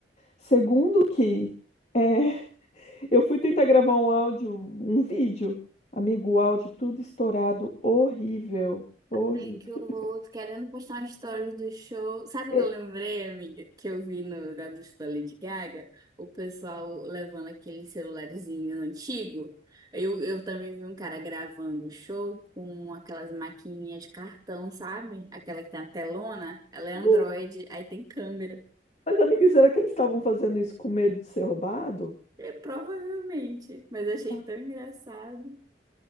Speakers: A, on the left (about 40°); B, on the right (about 20°).
A: Segundo que é, <laughs> eu fui tentar gravar um áudio, um vídeo. Amigo, o áudio tudo estourado, horrível, horrível.
B: Ai, que horror. Tô querendo postar uma story do show. Sabe
A: E-
B: o que eu lembrei, amiga? Que eu vi no Gato da Lady Gaga? O pessoal levando aquele celularzinho antigo. Eu, eu também vi um cara gravando o show com aquelas maquininhas de cartão, sabe? Aquela que tem a telona. Ela é
A: não
B: Android, aí tem câmera.
A: Mas, amiga, será que eles estavam fazendo isso com medo de ser roubado?
B: É, provavelmente. Mas eu
A: <laughs>
B: achei tão engraçado.